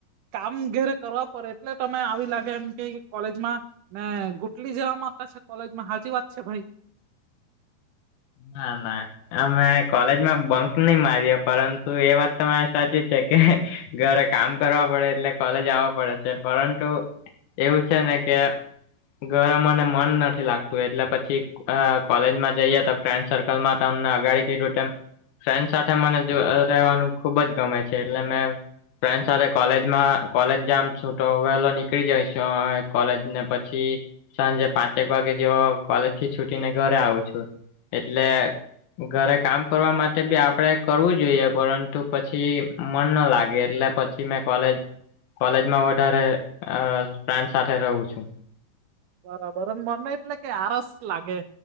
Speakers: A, on the right; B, on the left.
A: કામ ઘેરે કરવા પડે એટલે તમે આવી લાગે એમ કેય કોલેજમાં ને ગુટલી જેવા મારતા છે કોલેજમાં હાચી વાત છે ભાઈ
B: ના ના અમે કોલેજમાં બંક ની માર્યો પરંતુ એ વાત તમારે સાચી છે કે હે ઘરે કામ કરવા પડે એટલે કોલેજ આવવા પડે છે પરંતુ એવું છે ને કે ઘરે મને મન નથી લાગતું એટલે પછી કોલેજમાં જઈએ તો ફ્રેન્ડ સર્કલમાં તમને અગાડી કીધું તેમ ફ્રેન્ડ સાથે મને જો રહેવાનું ખુબ જ ગમે છે એટલે મે ફ્રેન્ડ સાથે કોલેજમાં કોલેજ જામ છૂ તો વેલો નીકળી જઈશ કોલેજ ને પછી સાંજે પાંચેક વાગે જેવો કોલેજથી છુટીને ઘરે આવું છું. એટલે ઘરે કામ કરવા માટે બી આપડે કરવું જોઈએ પરંતુ પછી મન ન લાગે એટલે પછી મે કોલેજ કોલેજમાં વધારે આ ફ્રેન્ડ સાથે રહું છું
A: બરાબર જ મને એટલેકે આરસ લાગે.